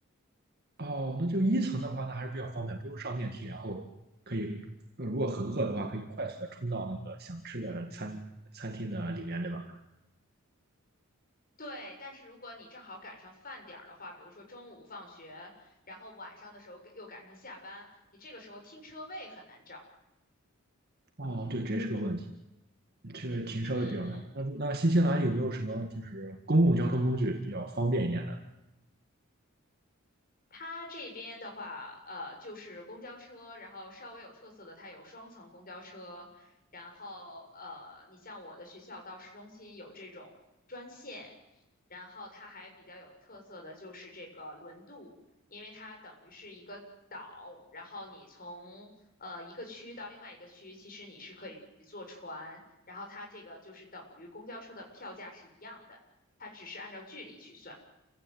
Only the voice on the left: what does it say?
对，但是如果你正好赶上饭点儿的话，比如说中午放学，然后晚上的时候又赶上下班，你这个时候停车位很难找。
嗯，
它这边的话，呃，就是公交车，然后稍微有特色的，它有双层公交车，然后呃，你像我的学校到市中心有这种专线，然后它还比较有特色的就是这个轮渡，因为它等于是一个岛，然后你从呃一个区到另外一个区，其实你是可以坐船，然后它这个就是等于公交车的票价是一样的，它只是按照距离去算。